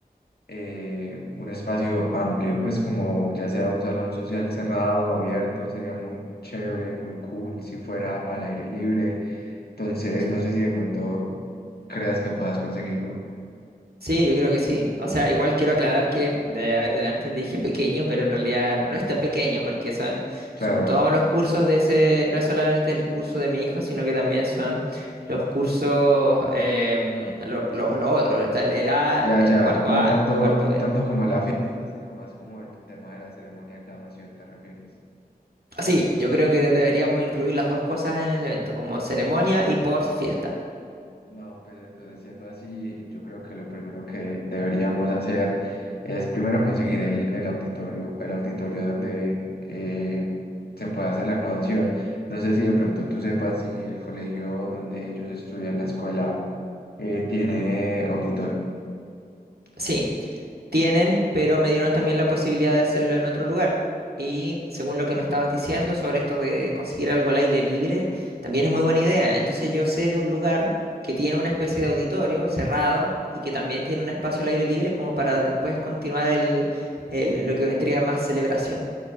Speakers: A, on the left; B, on the right.
A: eh, un espacio amplio, pues como ya sea un salón social cerrado, abierto, sería muy chévere, muy cool si fuera al aire libre. Entonces,
B: Sí.
A: no sé si de pronto creas que puedas conseguirlo.
B: Sí, yo creo que sí. O sea, igual quiero aclarar que, de, a ver, delante te dije pequeño, pero en realidad no no es tan pequeño porque son,
A: Claro,
B: son todos los cursos de ese, no es solamente el curso de mi hijo, sino que también son los cursos, em, lo- lo- los otros, está el, el A,
A: ya,
B: el
A: ya,
B: cuarto
A: no
B: A,
A: tanto,
B: el cuarto
A: no
B: B.
A: tanto como la fiesta, sino más como el tema de la ceremonia de graduación, ¿te refieres?
B: Sí, yo creo que deberíamos incluir las dos cosas en el evento, como ceremonia y post fiesta.
A: No, pues entonces siendo así, yo creo que lo primero que deberíamos hacer es primero conseguir el, el auditorio, el auditorio donde eh, se pueda hacer la graduación. No sé si de pronto tú sepas si el colegio donde ellos estudian la escuela eh, tiene auditorio,
B: Sí, tienen, pero me dieron también la posibilidad de hacerlo en otro lugar. Y según lo que me estabas diciendo sobre esto de conseguir algo al aire libre, también es muy buena idea. Entonces yo sé de un lugar que tiene una especie de auditorio cerrado y que también tiene un espacio al aire libre como para después continuar el, el- lo que vendría más celebración.